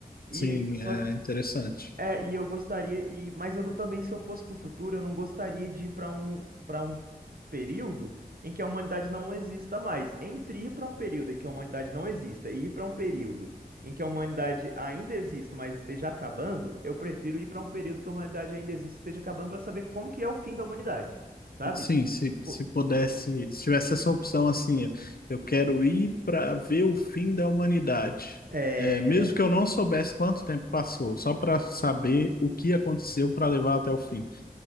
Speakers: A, on the right (about 70°); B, on the left (about 70°).
A: E
B: Sim,
A: só,
B: é interessante.
A: é, e eu gostaria, e, mas eu não- também, se eu fosse para o futuro, eu não gostaria de ir para um, para um período em que a humanidade não exista mais. Entre ir para um período em que a humanidade não exista e ir para um período em que a humanidade ainda exista, mas esteja acabando, eu prefiro ir para um período que a humanidade ainda existe e esteja acabando para saber como que é o fim da humanidade, sabe?
B: Sim, se, se
A: Pô,
B: pudesse, se tivesse essa opção assim, ó, eu quero ir para ver o fim da humanidade.
A: É,
B: É, mesmo que eu não soubesse quanto tempo passou, só para saber o que aconteceu para levar até o fim.